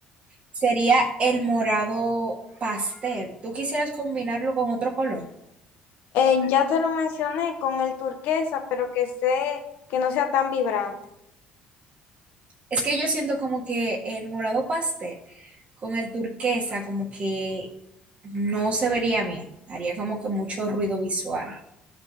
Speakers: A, on the right; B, on the left.
A: sería el morado pastel. ¿Tú quisieras combinarlo con otro color?
B: Eh, ya te lo mencioné con el turquesa, pero que sé que no sea tan vibrante,
A: Es que yo siento como que el morado pastel con el turquesa como que no se vería bien. Haría como que mucho ruido visual.